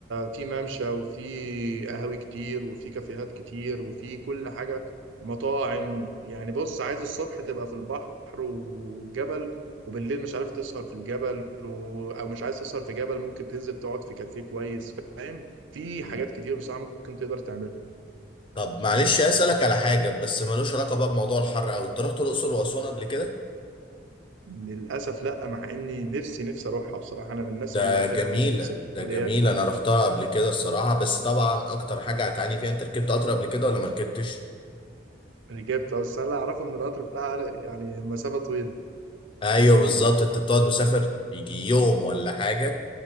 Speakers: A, on the right (about 80°); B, on the left (about 25°).
A: في ممشى وفي قهاوي كتير وفي كافيهات كتير وفي كل حاجة مطاعم يعني بص عايز الصبح تبقى في البحر والجبل وبالليل مش عارف تسهر في الجبل و... او مش عايز تسهر في جبل ممكن تنزل تقعد في كافيه كويس فاهم في
B: مم.
A: حاجات كتير بصراحة ممكن تقدر تعملها
B: طب معلش اسالك على حاجه بس ملوش علاقه بقى بموضوع الحر قوي انت رحت الاقصر واسوان قبل كده
A: للأسف لا مع اني نفسي نفسي اروحها بصراحة انا من الناس
B: ده
A: اللي بحب
B: جميله
A: السفريات
B: ده جميله
A: دي
B: انا رحتها قبل كده الصراحه بس طبعا اكتر حاجه هتعاني فيها انت ركبت قطر قبل كده ولا ما ركبتش
A: ركبت بس انا اعرفه ان القطر بتاعها يعني مسافة طويلة
B: ايوه بالظبط انت بتقعد مسافر يجي يوم ولا حاجه